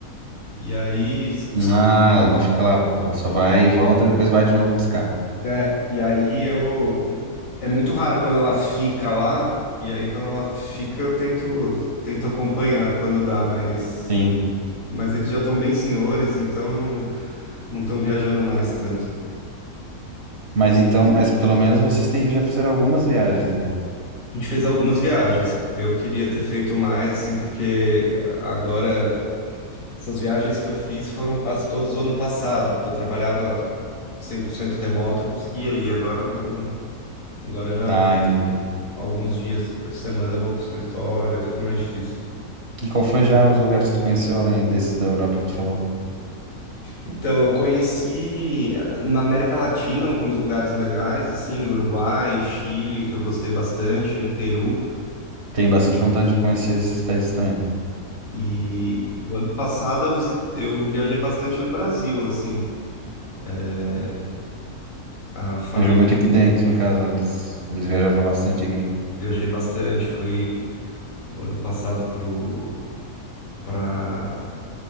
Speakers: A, on the left; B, on the right.
A: E aí, <tsk>
B: Ah, ela não fica lá. Ela só vai e volta e depois vai de novo buscar.
A: é, e aí eu é muito raro quando ela fica lá, e aí quando ela fica eu tento tento acompanhar quando dá, mas
B: Sim.
A: mas eles já estão bem senhores, então não não estão viajando mais tanto.
B: Mas então, mas pelo menos vocês têm, já fizeram algumas viagens, né?
A: A gente fez algumas viagens. Eu queria ter feito mais, assim, porque agora essas viagens que eu fiz foram quase todas o ano passado, porque eu trabalhava 100% remoto, eu conseguia ir. Agora não, agora já
B: Tá, entendi.
A: alguns dias por semana eu vou pro escritório e fica mais difícil.
B: E qual foi já os lugares que tu conheceu além desses da Europa que tu falou?
A: Então, eu conheci eh, na América Latina alguns lugares legais, assim, Uruguai, Chile, que eu gostei bastante, Peru.
B: tem bastante vontade de conhecer esses países também.
A: E, e o ano passado eu, visit- eu viajei bastante no Brasil, assim. eh, A família,
B: Viajou muito aqui dentro, no caso, eles, eles viajavam bastante aqui.
A: viajei bastante, fui o ano passado pro para